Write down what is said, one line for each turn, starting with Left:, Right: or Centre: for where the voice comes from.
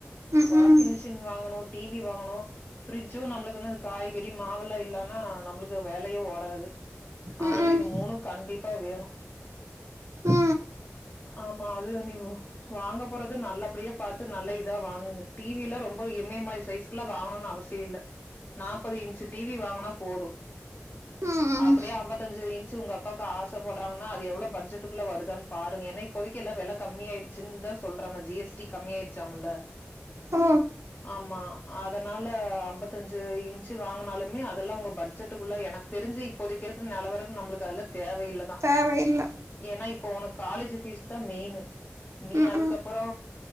Right: ம்
Left: வாஷிங்
Right: ம்
Left: மிஷின் வாங்கனு டி வி வாங்கணு ஃபிரிட்ஜு நம்மளுக்கு வந்து அந்த காய்கறி மாவெல்லா இல்லானா நம்மளுக்கு வேலையே ஓடாது. ஆனாலு
Right: ம் ம்
Left: இது மூனு கண்டிப்பா வேணு
Right: ம்
Left: ஆமா அது நீவு வாங்க போறது நல்லபடியா பாத்து நல்ல இதா வாங்குங்க டி வி எல்லா ரொம்போ இமயமலைஸ் சைசுகல்லா வாங்கணுன் அவசியொ இல்ல நாப்பது இன்ச்சு டி வி வாங்கனா போது
Right: ம் ம்
Left: அப்பிடியே
Right: ம்
Left: அம்பத்தஞ்சு இன்ச்சு உங்க அப்பாக்கு ஆசபட்றாங்கன்னா அது எவ்ளோ பட்ஜெட்க்குல்ல வருதான் பாருங்க ஏனா இப்போதைக்கி எல்லா வெல கம்மி ஆயிடுச்சுன் தா சொல்றாங்க ஜி எஸ் டி கம்மி ஆயிடுச்சாம்ல்ல
Right: ஓ
Left: ஆம்மா அதனால அம்பத்தஞ்சு இன்ச்சு வாங்கனாலுமே அதல்லா உங்க பட்ஜெட்டுக்குள்ள எனக் தெரிஞ்சி இப்போதைக்கி இருக்கற நெலவரக்கு நம்புளுக்கு அதெல்லா தேவையில்லதா
Right: தேவை இல்ல
Left: ஏன்னா இப்போ உனுக் காலேஜ் ஃபீஸ் தா மெயினு நீ
Right: ம்
Left: அதுக்கப்பறோ
Right: ம்